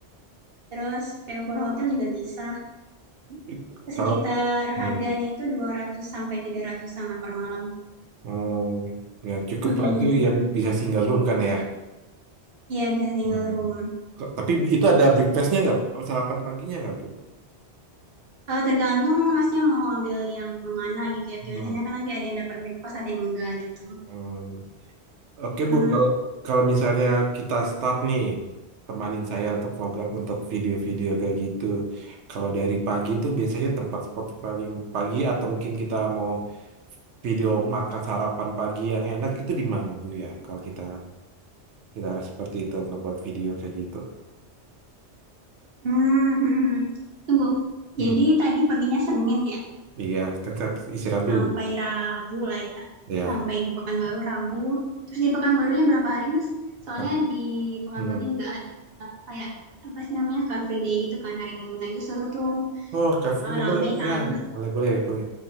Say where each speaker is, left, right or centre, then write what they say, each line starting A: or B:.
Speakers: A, on the right; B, on the right.
A: terus Favour Hotel juga bisa.
B: it- kalau
A: Sekitar
B: nah,
A: harganya itu 200 sampai 300-an lah per malam.
B: hmm, ya cukup
A: Mhm.
B: lah itu yang bisa single room kan ya.
A: Iya bisa single
B: Hmm.
A: room.
B: Kok- Tapi itu ada breakfastnya nggak, Bu? sarapan paginya nggak, Bu?
A: Eh, tergantung masnya mau ambil yang mana gitu ya.
B: Hmm.
A: Pilihannya kan nanti ada yang dapat breakfast, ada yang enggak gitu.
B: Hmm. Oke,
A: Eh,
B: Bu, kalau kalau misalnya kita start nih, temanin saya untuk vlogger, untuk video-video kayak gitu. Kalau dari pagi itu biasanya tempat spot paling pagi atau mungkin kita mau video makan sarapan pagi yang enak itu di mana, Bu ya? Kalau kita kita seperti itu ngebuat video kayak gitu.
A: hmm, <laughs> Tunggu.
B: Hmm.
A: Jadi tadi perginya Senin ya,
B: Iya, kan saya istirahat
A: sampai
B: dulu.
A: Rabu lah ya.
B: Iya.
A: Sampai di Pekanbaru Rabu. Terus di Pekanbarunya berapa hari, Mas? Soalnya
B: kan.
A: di Pekanbaru
B: Hmm.
A: juga ada kayak apa sih namanya Car Free Day gitu kan hari Minggu. Nah, itu seru tuh.
B: Oh, Kak Frida,
A: Eh, rame kan.
B: Ya, boleh, boleh, boleh.